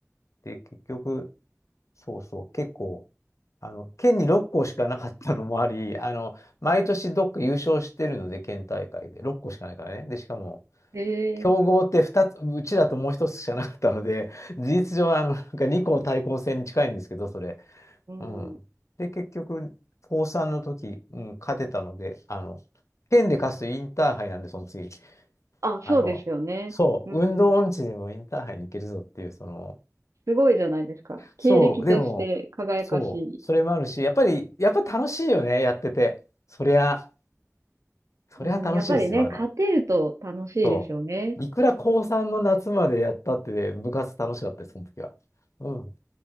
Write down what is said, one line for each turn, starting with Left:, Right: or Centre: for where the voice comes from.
Left: で、結局、そうそう、結構、あの、県に6校しかなかったのもあり、あの、毎年どっか優勝してるので、県大会で、6校しかないからね。で、しかも、
Right: えー、
Left: 強豪って2つ、うちだともう一つしかなかったので、事実上、あの、なんか2校対抗戦に近いんですけど、それ。
Right: うん。
Left: うん。で、結局、高3の時、うん、勝てたので、あの、県で勝つとインターハイなんで、その次、
Right: あ、そうですよね。
Left: あの、そう、
Right: うん。
Left: 運動音痴でもインターハイに行けるぞっていう、その、
Right: すごいじゃないですか。経歴として輝かしい。
Left: そう、でも、そう、それもあるし、やっぱり、やっぱ楽しいよね、やってて。そりゃ、そりゃ楽しいですよ、
Right: うん、やっぱりね、
Left: あの、
Right: 勝てると楽しいですよね。
Left: そう。いくら高3の夏までやったってね、部活楽しかったです、その時は。うん。